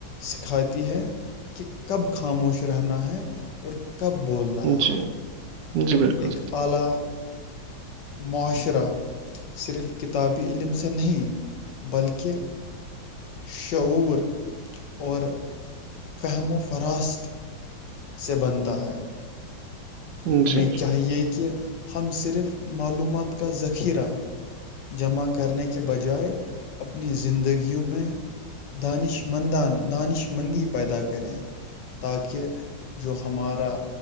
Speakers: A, on the left; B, on the right.
A: سکھاتی ہے کہ کب کھا خاموش رہنا ہے اور کب بولنا ہے
B: جی جی بالکل
A: ایک اعلی معاشرہ صرف کتابی علم سے نہیں بلکہ شعور اور فہم و فراست سے بنتا ہے
B: جی
A: ہمیں
B: جی
A: چاہیے کہ ہم صرف معلومات کا ذخیرہ جمع کرنے کے بجائے اپنی زندگیوں میں دانش مندان دانش مندی پیدا کریں تاکہ جو ہمارا